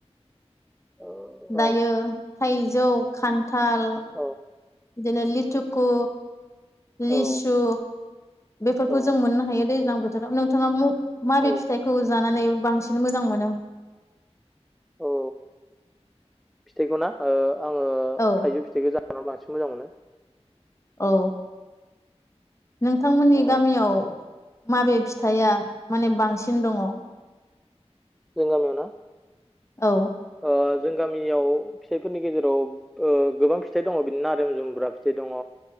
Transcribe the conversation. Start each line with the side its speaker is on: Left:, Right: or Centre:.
Centre: औ
Left: दायो थाइजौ खान्थाल
Centre: ओ
Left: बिदिनो लिटुकु लिसु
Centre: ओ
Left: बेफोरखौ
Centre: औ
Left: जों मोननो हायो दैज्लां बोथोराव नोंथाङा माबे
Centre: औ
Left: फिथाइखौ जानानै बांसिन मोजां मोनो?
Centre: औ फिथाइखौ ना आङो
Left: औ
Centre: थाइजौ फिथाइखौ जानानै बांसिन मोजां मोनो
Left: औ नोंथांमोननि
Centre: औ
Left: गामियाव माबे फिथाइया माने बांसिन दङ।
Centre: जों गामियावना
Left: औ।
Centre: ओ जों गामियाव फिथाइफोरनि गेजेराव ओ गोबां फिथाइ दङ बिदि नारेम जुम्ब्रा फिथाइ दङ